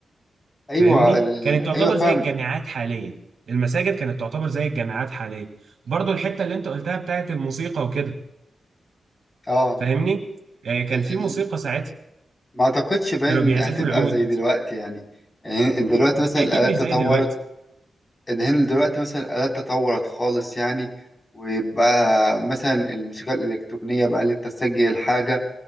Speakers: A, on the left; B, on the right.
A: أيوة
B: فاهمني
A: ال...
B: كانت تعتبر
A: أيوة فاهمة
B: زي الجامعات حاليا المساجد كانت تعتبر زي الجامعات حاليا برضو الحته اللي انت قلتها بتاعت الموسيقى وكده
A: اه
B: فاهمني آه، كان
A: ال...
B: في موسيقى ساعتها
A: ما أعتقدش باين
B: كانوا بيعزفوا
A: هتبقى
B: العود
A: زي دلوقتي يعني يعني دلوقتي
B: بالتأكيد
A: مثلا الآلات
B: مش زي
A: تطورت
B: دلوقتي
A: هنا دلوقتي مثلا الآلات تطورت خالص يعني ويبقى مثلا الموسيقى الإلكترونية بقى اللي تسجل حاجة